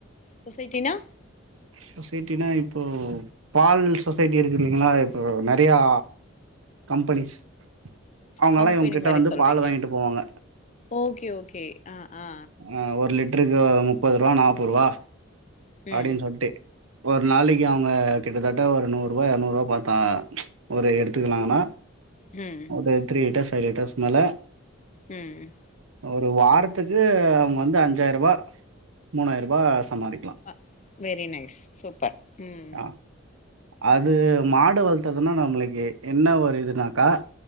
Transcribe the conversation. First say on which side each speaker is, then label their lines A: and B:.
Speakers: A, on the left; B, on the right.
A: சொசைட்டினா
B: சொசைட்டினா இப்போ பால் சொசைட்டிருக்குல்லிங்ளா இப்போ நெறையா கம்பெனிஸ் அவங்கலா
A: கம்பெனி
B: இவங்க கிட்ட
A: மாரி
B: வந்து
A: சொல்றீங்க
B: பால் வாங்கிட்டு போவாங்க
A: ஓகே ஓகே ஆ ஆ
B: ஆ ஒரு லிட்டருக்கு முப்பதுருவா நாப்போருவா அப்டின்னு
A: ம்
B: சொல்ட்டு ஒரு நாளைக்கு அவங்க கிட்டத்தட்ட ஒரு நூறுவா எரநூறுவா பாத்தாங்க ஒரு எடுத்துக்குனாங்ன்னா
A: ம்
B: பெ த்ரீ லிட்டர்ஸ் ஃபைவ் லிட்டர்ஸ்க் மேல
A: ம்
B: ஒரு வாரத்துக்கு அவுங்க வந்து அஞ்சாயிருவா மூணாயிரூபா சம்பாரிக்கலா
A: அ வெரி நைஸ் சூப்பர் ம்
B: ஆ அது மாடு வளத்துறதுன்னா நம்மளுக்கு என்ன ஒரு இதுனாக்கா